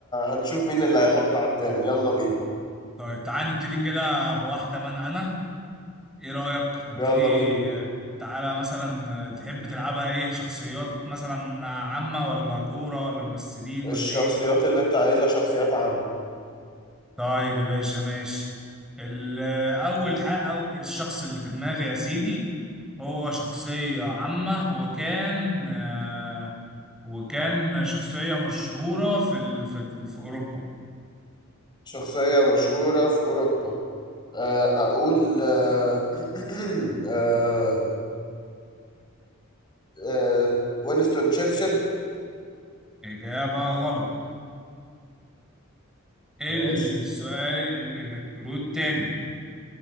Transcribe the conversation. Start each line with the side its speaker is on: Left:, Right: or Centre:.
Left: هنشوف مين اللي هيحط على التاني يلا بينا
Centre: طيب تعالى نبتدي كده بواحده من انا ايه رايك نبتدي
Left: يلا بينا
Centre: تعالى مثلا تحب تلعبها ايه شخصيات مثلا عامه ولا كوره ولا ممثلين
Left: الشخصيات
Centre: ولا ايه
Left: اللي انت عايزها شخصيات عامة
Centre: طيب يا باشا ماشي ال- أول حق أو الشخص اللي في دماغي يا سيدي هو شخصية عامة وكان آه، وكان شخصية مشهورة في ال... في, ال... في أوروبا
Left: شخصية مشهورة في اوروبا آه، اقول آه، <clears throat> آه، آه، وينستون تشرشل
Centre: إجابة غلط السؤال
Left: ماشي
Centre: ال- الكلود تاني